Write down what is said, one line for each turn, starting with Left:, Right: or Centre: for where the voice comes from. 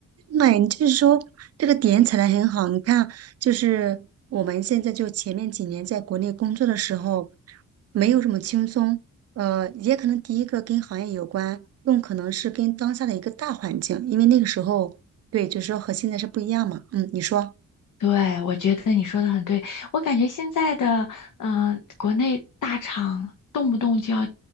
Right: 那你就是说这个点踩的很好。你看，就是我们现在就前面几年在国内工作的时候，没有这么轻松。呃，也可能第一个跟行业有关，更可能是跟当下的一个大环境，因为那个时候，对，就是说和现在是不一样嘛。嗯，你说。
Left: 对，我觉得你说的很对。我感觉现在的，嗯、国内大厂动不动就要